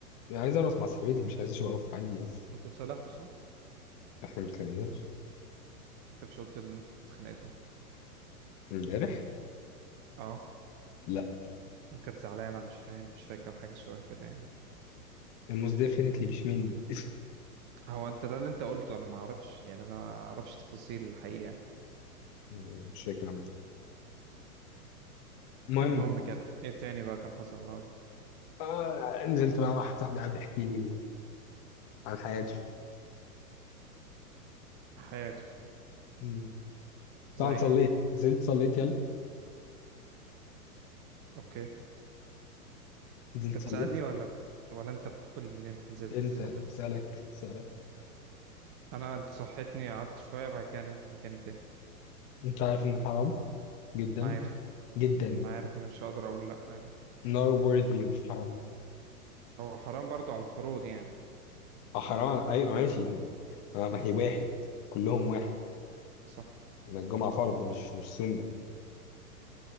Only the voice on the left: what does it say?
أنا عايز أرقص مع صاحبتي مش عايز أشوف أقف عادي يعني
إحنا ما اتخانقناش
امبارح
لا
الموز ديفينتلي مش مني <laughs>
مم، مش فاكر عمري المهم
آه، نزلت بقى واحد صاحبي قاعد يحكي لي عن حياته
مم.
طبعا صليت نزلت صليت يلا
نزلت
صليت
انت
بسألك سؤالك
انت عارف ان حرام جدا
جدا
not worthy of حرام
اه حرام على- ايوه ماشي ما ما هي واحد كلهم واحد
ما الجمعة فرض مش مش سنة